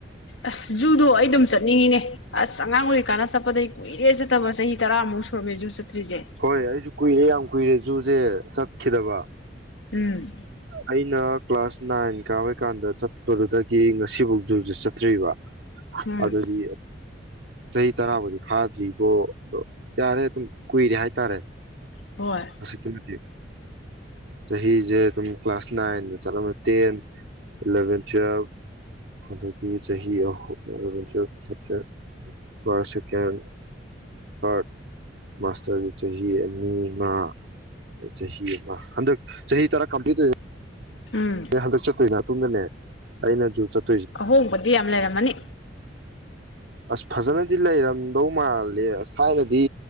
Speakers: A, on the left; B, on the right.
A: ꯑꯁ ꯖꯨꯗꯣ ꯑꯩ ꯑꯗꯨꯝ ꯆꯠꯅꯤꯡꯉꯤꯅꯦ ꯑꯁ ꯑꯉꯥꯡ ꯑꯣꯏꯔꯤꯀꯥꯟꯗ ꯆꯠꯄꯗꯩ ꯀꯨꯏꯔꯦ ꯆꯠꯇꯕ ꯆꯍꯤ ꯇꯔꯥꯃꯨꯛ ꯁꯨꯔꯝꯃꯦ ꯖꯨ ꯆꯠꯇ꯭ꯔꯤꯁꯦ
B: ꯍꯣꯏ ꯑꯩꯁꯨ ꯀꯨꯏꯔꯦ ꯌꯥꯝ ꯀꯨꯏꯔꯦ ꯖꯨꯁꯦ ꯆꯠꯈꯤꯗꯕ
A: ꯎꯝ
B: ꯑꯩꯅ ꯀ꯭ꯂꯥꯁ ꯅꯥꯏꯟ ꯀꯥꯕꯏ ꯀꯥꯟꯗ ꯆꯠꯄꯗꯨꯗꯒꯤ ꯉꯁꯤꯐꯥꯎ ꯖꯨꯁꯦ ꯆꯠꯇ꯭ꯔꯤꯕ
A: ꯎꯝ
B: ꯑꯗꯤ ꯆꯍꯤ ꯇꯔꯥꯕꯨꯗꯤ ꯐꯥꯗ꯭ꯔꯤꯕꯣ ꯑꯗꯣ ꯌꯥꯔꯦ ꯑꯗꯨꯝ ꯀꯨꯏꯔꯦ ꯍꯥꯏꯇꯥꯔꯦ
A: ꯍꯣꯏ
B: ꯑꯁꯨꯛ ꯀꯤ ꯃꯇꯤꯛ ꯆꯍꯤꯖꯦ ꯑꯗꯨꯝ ꯀ꯭ꯂꯥꯁ ꯅꯥꯏꯟꯗ ꯆꯠꯂꯝꯃꯦ ꯇꯦꯟ ꯏꯂꯚꯦꯟ ꯇꯨꯋꯜꯐ ꯑꯗꯒꯤ ꯆꯍꯤ ꯑꯍꯨꯝ ꯑꯦꯂꯚꯦꯟ ꯇꯨꯋꯜꯞ ꯆꯠꯇ꯭ꯔ‌ꯦ ꯐꯥꯔꯁ ꯁꯦꯀꯦꯟ ꯊꯥꯔꯠ ꯃꯥꯁꯇ꯭ꯔꯒꯤ ꯆꯍꯤ ꯑꯅꯤꯃꯥ ꯆꯍꯤ ꯑꯃ ꯍꯟꯗꯛ ꯆꯍꯤ ꯇꯔꯥ ꯀꯝꯄ꯭ꯂꯤꯠ ꯂꯩꯔꯦ
A: ꯎꯝ
B: ꯑꯩ ꯍꯟꯗꯛ ꯆꯠꯇꯣꯏ ꯅꯦ ꯇꯨꯡꯅꯅꯦ ꯑꯩꯅꯖꯨꯆꯠ
A: ꯑꯍꯣꯡꯕꯗꯤ ꯌꯥꯝ ꯂꯩꯔꯝꯃꯅꯤ
B: ꯑꯁ ꯐꯖꯅꯗꯤ ꯂꯩꯔꯝꯗꯧ ꯃꯥꯜꯂꯦ ꯑꯁ ꯊꯥꯏꯅꯗꯤ